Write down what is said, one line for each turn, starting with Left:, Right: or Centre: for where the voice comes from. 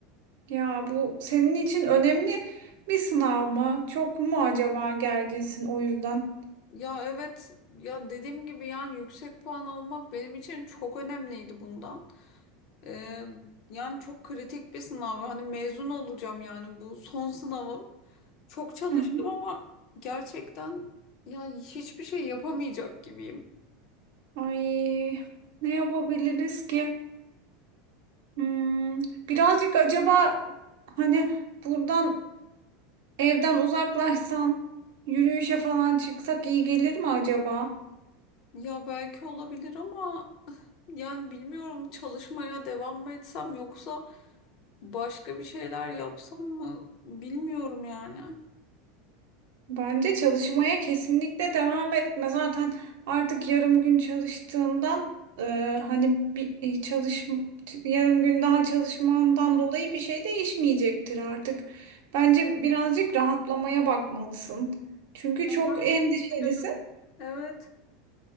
Right: ya bu senin için önemli bir sınav mı? Çok mu acaba gerginsin o yüzden?
Left: Ya evet ya dediğim gibi yani yüksek puan almak benim için çok önemliydi bundan. Ee, yani çok kritik bir sınav. Hani mezun olacağım yani bu son sınavım. Çok çalıştım
Right: Hı hı.
Left: ama gerçekten ya hiçbir şey yapamayacak gibiyim.
Right: Ay ne yapabiliriz ki? Hmm, birazcık acaba hani buradan evden uzaklaşsan yürüyüşe falan çıksak iyi gelir mi acaba?
Left: Ya belki olabilir ama yani bilmiyorum çalışmaya devam mı etsem yoksa başka bir şeyler yapsam mı bilmiyorum yani.
Right: Bence çalışmaya kesinlikle devam etme. Zaten artık yarım gün çalıştığından e, hani bir e, çalış yarım gün daha çalışmandan dolayı bir şey değişmeyecektir artık. Bence birazcık rahatlamaya bakmalısın. Çünkü çok
Left: Neler
Right: endişelisin.
Left: yapabilirim? Evet.